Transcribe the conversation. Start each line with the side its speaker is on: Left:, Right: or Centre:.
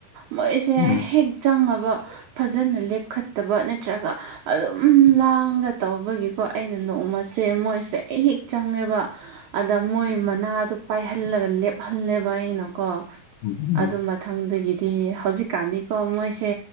Right: ꯃꯣꯏꯁꯦ
Left: ꯎꯝ
Right: ꯍꯦꯛ ꯆꯪꯉꯕ ꯐꯖꯅ ꯂꯦꯞꯈꯠꯇꯕ ꯅꯠꯇ꯭ꯔꯒ ꯑꯗꯨꯝ ꯂꯥꯡꯑꯒ ꯇꯧꯕꯒꯤꯀꯣ ꯑꯩꯅ ꯅꯣꯡꯃꯁꯦ ꯃꯣꯏꯁꯦ ꯑꯩ ꯍꯦꯛ ꯆꯪꯉꯦꯕ ꯑꯗ ꯃꯣꯏ ꯃꯅꯥꯗ ꯄꯥꯏꯍꯜꯂꯒ ꯂꯦꯞꯍꯜꯂꯦꯕ ꯑꯩꯅꯀꯣ
Left: ꯎꯝ ꯎꯝ
Right: ꯑꯗꯨ ꯃꯊꯪꯗꯒꯤꯗꯤ ꯍꯧꯖꯤꯛꯀꯥꯟꯗꯤꯀꯣ ꯃꯣꯏꯁꯦ